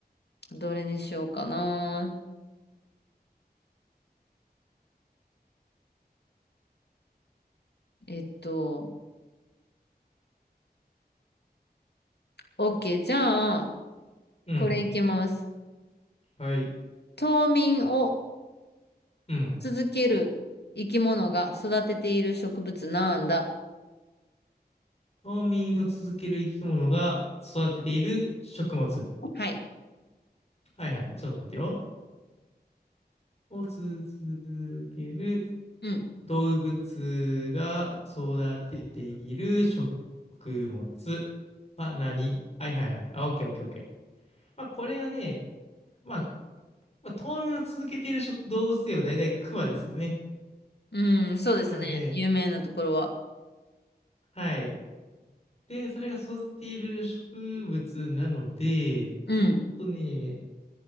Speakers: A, on the left; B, on the left.
A: どれにしようかな。えっと、OK。じゃあ、
B: うん。
A: これいけます。
B: はい。
A: 冬眠を
B: うん。
A: 続ける生き物が育てている植物なんだ。
B: 冬眠を続ける生き物が育てている食物。
A: はい。
B: はいはい。ちょっと待ってよ。を続ける
A: うん。
B: 動物が育てている食物は何はいはいはい。あ、オッケーオッケーオッケー。まあ、これはね、まあ、まあ、冬眠を続けている食動物といえば大体クマですよね。
A: うん、そうですね。
B: なので、
A: 有名なところは。
B: はい。で、それが育てている植物なので、
A: うん。
B: うんとね、